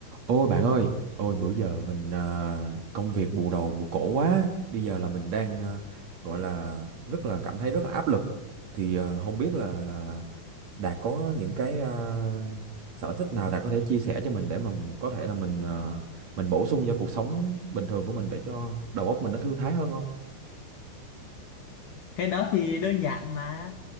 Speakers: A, on the right (about 70°); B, on the left (about 80°).
A: Ôi bạn ơi, ôi bữa giờ mình à, công việc bù đầu bù cổ quá. Bây giờ là mình đang à, gọi là rất là cảm thấy rất là áp lực. Thì à, không biết là là Đạt có những cái à, sở thích nào Đạt có thể chia sẻ cho mình để mà mình có thể là mình à, mình bổ sung cho cuộc sống bình thường của mình để cho đầu óc mình nó thư thái hơn không?
B: cái đó thì đơn giản mà